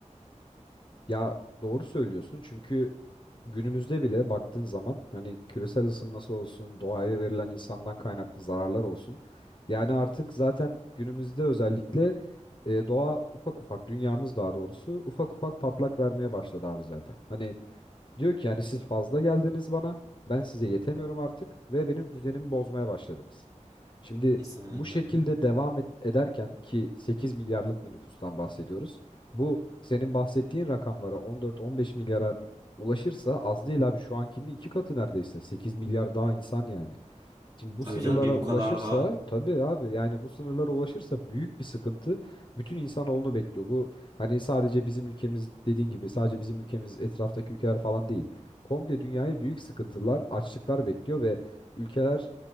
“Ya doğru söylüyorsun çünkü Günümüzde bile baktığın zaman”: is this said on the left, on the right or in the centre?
Left